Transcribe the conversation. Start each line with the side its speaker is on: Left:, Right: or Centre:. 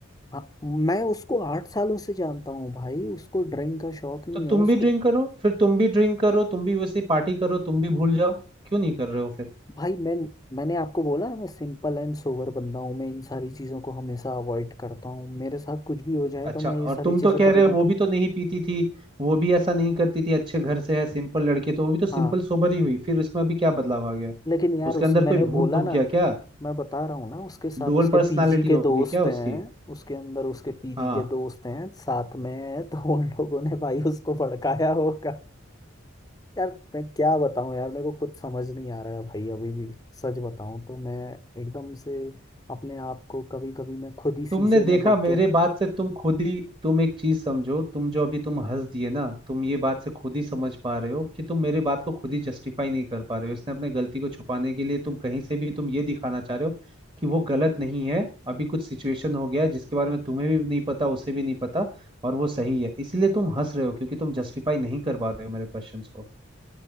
Left: हाँ मैं उसको आठ सालों से जानता हूँ भाई उसको ड्रिंक का शौक नहीं
Right: तो
Left: है
Right: तुम
Left: उसको
Right: भी ड्रिंक करो फिर तुम भी ड्रिंक करो तुम भी वैसे ही पार्टी करो तुम भी भूल जाओ क्यों नहीं कर रहे हो फिर
Left: भाई मैं मैंने आपको बोला ना मैं सिंपल एंड सोबर बंदा हूँ मैं इन सारी चीज़ों को हमेशा अवॉइड करता हूँ मेरे साथ कुछ भी हो जाए
Right: अच्छा
Left: तो
Right: और
Left: मैं ये सारी
Right: तुम
Left: चीज़ें
Right: तो कह
Left: कभी
Right: रहे
Left: नहीं
Right: हो वो
Left: कर
Right: भी तो नहीं पीती थी वो भी ऐसा नहीं करती थी अच्छे घर से है सिंपल लड़के तो वो भी तो सिंपल
Left: हाँ
Right: सोबर ही हुई फिर उसमें अभी क्या बदलाव आ गया
Left: लेकिन यार
Right: उसके
Left: उस
Right: अंदर
Left: मैंने
Right: कोई भूत
Left: बोला
Right: दुख
Left: ना
Right: गया क्या
Left: मैं बता रहा हूँ ना उसके साथ
Right: डुअल
Left: उसके
Right: पर्सनालिटी
Left: पीजी के
Right: हो
Left: दोस्त
Right: गई क्या
Left: हैं
Right: उसकी
Left: उसके अंदर उसके पीजी
Right: हाँ
Left: के दोस्त हैं साथ में हैं, तो उन लोगों ने भाई उसको भड़काया होगा यार मैं क्या बताऊँ यार मेरे को कुछ समझ नहीं आ रहा है भाई अभी भी सच बताऊँ तो मैं एकदम से अपने आप को कभी कभी मैं खुद ही
Right: तुमने
Left: शीशे
Right: देखा
Left: में देख
Right: मेरे
Left: के
Right: बात से तुम खुद ही तुम एक चीज समझो तुम जो अभी तुम हंस दिए ना तुम ये बात से खुद ही समझ पा रहे हो कि तुम मेरे बात को खुद ही जस्टिफाई नहीं कर पा रहे हो इसने अपने गलती को छुपाने के लिए तुम कहीं से भी तुम ये दिखाना चाह रहे हो कि वो गलत नहीं है अभी कुछ सिचुएशन हो गया है जिसके बारे में तुम्हें भी नहीं पता उसे भी नहीं पता और वो सही है इसीलिए तुम हंस रहे हो क्योंकि तुम जस्टिफाई नहीं कर पा रहे हो मेरे क्वेश्चंस को